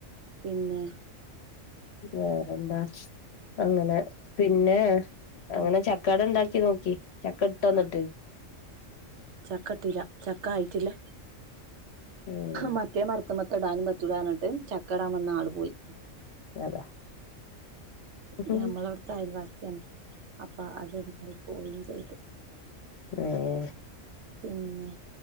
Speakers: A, on the right; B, on the left.
A: പിന്നെ
B: വേറെന്താ അങ്ങനെ പിന്നെ അങ്ങനെ
A: ഉം
B: ചക്കാട എണ്ടാക്കി ക്കി നോക്കി ചക്ക ഇട്ടോ എന്നിട്ട്
A: ആ ചക്ക ഇട്ടില്ല ചക്ക ആയിട്ടില്ല
B: ഉം
A: മറ്റേ മർ മർത്ത്മത്തെ ഇടാനും പറ്റൂലാ പറഞിട്ട് ചക്ക ഇടാൻ വന്ന ആൾ പോയി
B: അതാ ഉം
A: നമ്മളവിടുത്തെ അയൽവാസിയാണ് അപ്പൊ അത് പോയിം ചെയ്ത്
B: ഏ ഏ
A: പിന്നെ